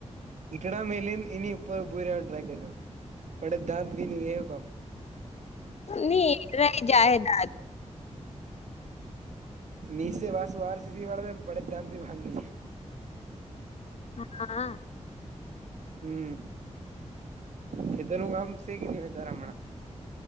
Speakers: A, on the right; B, on the left.
A: ઈટડા મેલીને એની ઉપર ઉભો રવાનું ટ્રાય કર્યો પડે દાંત ભી ને એવ કામ
B: હી રહી જાહેદાદ
A: નીચે વાસુ વારસીસીવાળા બડે દંધથી ભાંગી
B: હા.
A: હમ્મ ખેતર નું કામ છે <unintelligible> હમણા